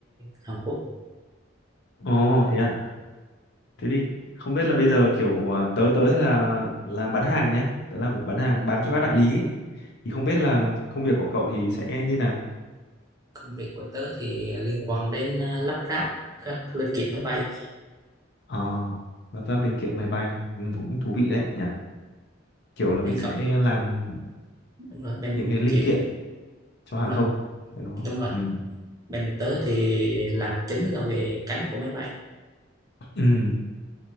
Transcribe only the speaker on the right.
Hàn Quốc.
Công việc của tớ thì liên quan đến à, lắp ráp các linh kiện máy bay.
Bên
cậu
đúng rồi, bên
kiểu
đúng
rồi,
đúng rồi.
Bên tớ thì làm chính là về cánh của máy bay.